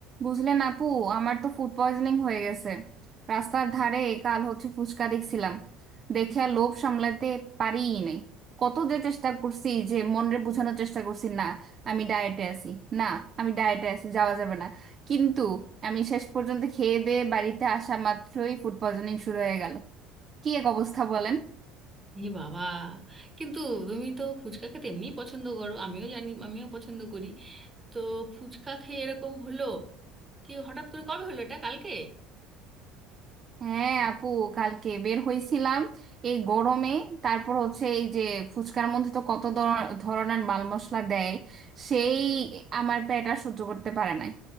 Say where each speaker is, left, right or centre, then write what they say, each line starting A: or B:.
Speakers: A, on the right (about 35°); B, on the right (about 20°).
A: বুঝলেন আপু আমার তো ফুড পয়জনিং হয়ে গেছে রাস্তার ধারে কাল হচ্ছে ফুচকা দেখছিলাম দেখে আর লোভ সামলাতে পারিই নাই কত যে চেষ্টা করছি যে মনরে বোঝানোর চেষ্টা করছি না আমি ডায়েটে আছি না আমি ডায়েটে আছি যাওয়া যাবে না কিন্তু আমি শেষ পর্যন্ত খেয়ে দেয়ে বাড়িতে আসা মাত্রই ফুড পয়জনিং শুরু হয়ে গেল কি এক অবস্থা বলেন
B: এ বাবা কিন্তু তুমি তো ফুচকা খেতে এমনি পছন্দ করো আমিও জানি আমিও পছন্দ করি তো ফুচকা খেয়ে এরকম হলো কি হঠাৎ করে কবে হলো এটা কালকে
A: হ্যাঁ আপু কালকে বের হইছিলাম এই গরমে তারপর হচ্ছে এই যে ফুচকার মধ্যে তো কত ধর- ধরনের মাল মশলা দেয় সেই আমার পেট আর সহ্য করতে পারে নাই